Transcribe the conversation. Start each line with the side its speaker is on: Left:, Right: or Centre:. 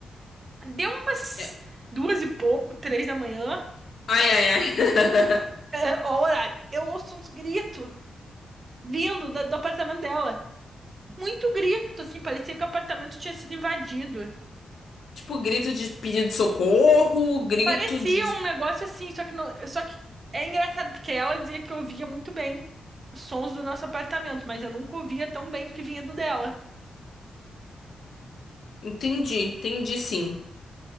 Right: Deu umas
Left: É.
Right: duas e pouco, três da manhã.
Left: Ai, ai, ai. <laughs>
Right: É, ó, o horário. Eu ouço uns gritos vindo da- do apartamento dela. Muito grito, assim, parecia que o apartamento tinha sido invadido.
Left: Tipo, grito de pedido de socorro, grito
Right: É, Parecia
Left: de.
Right: um negócio assim, só que não, só que é engraçado porque ela dizia que eu ouvia muito bem os sons do nosso apartamento, mas eu nunca ouvia tão bem o que vinha do dela.
Left: Entendi, entendi sim.